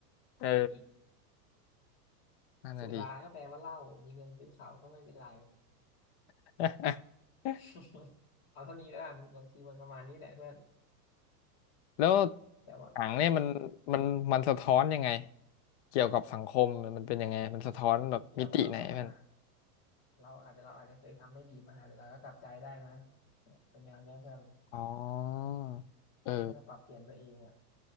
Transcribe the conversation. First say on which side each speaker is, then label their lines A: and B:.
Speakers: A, on the left; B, on the left.
A: เออ
B: ผิดอีก
A: นั่นน่ะดิ
B: สุราก็แปลว่าเหล้ามีเงินซื้อเขาก็ไม่เป็นไร
A: <laughs>
B: <laughs> เอาเท่านี้แล้วกันบางทีมันประมาณนี้แหละเพื่อน
A: แล้ว
B: แต่ว่าเออ
A: หนังเนี่ยมันมันมันสะท้อนยังไงเกี่ยวกับสังคมมันเป็นยังไงมันสะท้อนแบบมิติไหนเพื่อน
B: มันเกี่ยวว่าแบบว่าเราอาจจะเราอาจจะเคยทำไม่ดีมาแต่เราก็กลับใจได้นะเนี่ยเป็นแนวเนี้ยเพื่อน
A: อ๋อเออ
B: ก็ได้วก็ปรับเปลี่ยนตัวเองอ่ะ